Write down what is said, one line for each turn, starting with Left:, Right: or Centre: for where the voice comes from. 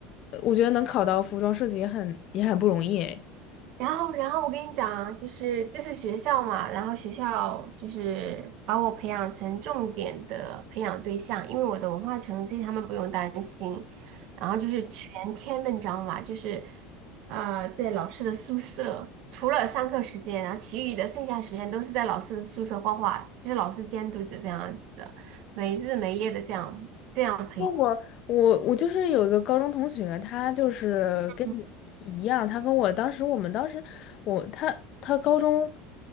Left: 呃我觉得能考到服装设计也很也很不容易诶。
Right: 然后，然后我跟你讲啊，就是这是学校嘛，然后学校就是把我培养成重点的培养对象，因为我的文化成绩他们不用担心，然后就是全天的，你知道吗？就是呃，在老师的宿舍，除了上课时间，然后其余的剩下时间都是在老师的宿舍画画，就是老师监督着这样子的，没日没夜的这样这样。
Left: 那我我我就是有一个高中同学，他就是跟你一样，
Right: 嗯
Left: 他跟我当时我们当时我他他高中，